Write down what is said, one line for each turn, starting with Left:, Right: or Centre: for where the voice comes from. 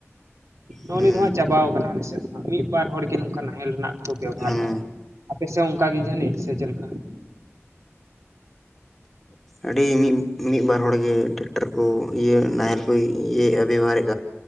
Right: ᱱᱚᱜᱼᱚ
Centre: ᱦᱩᱸ
Right: ᱱᱤᱭᱟᱹ ᱫᱚ ᱦᱟᱸᱜ ᱪᱟᱵᱟᱣ ᱠᱟᱱᱟ ᱟᱞᱮ ᱥᱮᱫ ᱫᱚ ᱦᱟᱸᱜ ᱢᱤᱫ ᱵᱟᱨ ᱦᱚᱲ ᱜᱮ ᱱᱚᱝᱠᱟ ᱱᱟᱦᱮᱞ ᱨᱮᱱᱟᱜ ᱠᱚ ᱵᱮᱵᱚᱦᱟᱨ
Centre: ᱦᱮᱸ
Right: ᱫᱟ᱾ ᱟᱯᱮ ᱥᱮᱫ ᱚᱱᱠᱟ ᱜᱮ ᱡᱟᱹᱱᱤᱡ ᱥᱮ ᱪᱮᱫ ᱞᱮᱠᱟ?
Centre: ᱟᱹᱰᱤ ᱢᱤᱫ ᱢᱤᱫ ᱵᱟᱨ ᱦᱚᱲ ᱜᱮ ᱴᱮᱠᱴᱟᱨ ᱠᱚ ᱤᱭᱟᱹ ᱱᱟᱦᱮᱞ ᱠᱚ ᱤᱭᱟᱹᱭᱮᱜᱼᱟ ᱵᱮᱵᱚᱦᱟᱨᱮᱫ